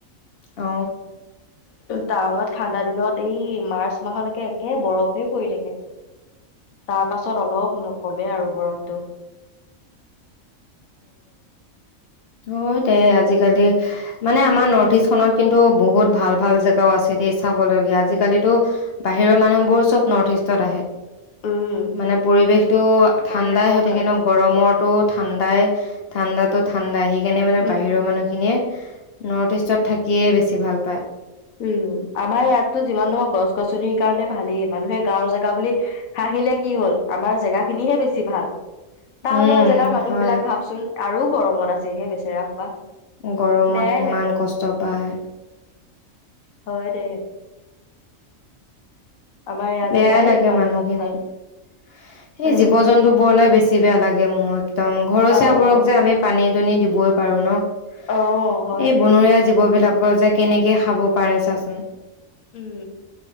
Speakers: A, on the left; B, on the left.
A: অ
B: তাৱাংত ঠাণ্ডা দিনত এই মাৰ্চ মাহলৈকে একে বৰফ পৰি থাকে তাৰ পাছত অলপ কমে আৰু বৰফটো
A: অ দে আজিকালি মানে আমাৰ নৰ্থ ইষ্ট খত কিন্তু বহুত ভাল ভাল জেগাও আছে দে চাবলগীয়া আজিকালিতো বাহিৰৰ মানুহবোৰ চব নৰ্থ ইষ্টত আহে
B: উম
A: মানে পৰিৱেশতটো ঠাণ্ডাই
B: পৰিৱেশৰ
A: হৈ
B: কাৰণে
A: থাকে ন গৰমটো ঠাণ্ডায় ঠাণ্ডাটো ঠণ্দাাহিক সেইকাৰনে মানে
B: উম
A: বাহিৰৰ মানুহ খিনিয়ে নৰ্থ ইষ্টত থাকিয়ে বেছি ভাল পায়।
B: উম, আমাৰ ইয়াততো যিমান নহওক গছ গছনিৰ কাৰণে ভালেই মানুহে গাঁৱৰ জেগা বুলি হাঁহিলে কি হল আমাৰ জেগা খিনিহে বেছি ভাল। টাউনৰ
A: উম
B: জেগাৰ মানুহ
A: হয়
B: বিলাক ভাবচোন আৰু গৰমত আছেহে বেচেৰা সোপা
A: গৰমত
B: বেয়াই
A: কিমান
B: লাগে।
A: কষ্ট পায়।
B: হয় দে। আমাৰ ইয়াৰ
A: বেয়াই
B: জেগাই
A: লাগে
B: যিমান
A: মানুহখিনিৰ
B: নহওক ভাল।
A: সেই
B: অ',
A: জীৱ জন্তু বোৰলে বেছি বেয়া লাগে মোৰ একদম ঘৰচীয়াবোৰক
B: অ',
A: যে, আমি পানীত আনি দিবই পাৰোঁ ন? এই
B: অ', হয় দে
A: বনৰীয়া জীৱ বিলাক যে, কেনেকে খাব পাৰে চাচোন।
B: উম,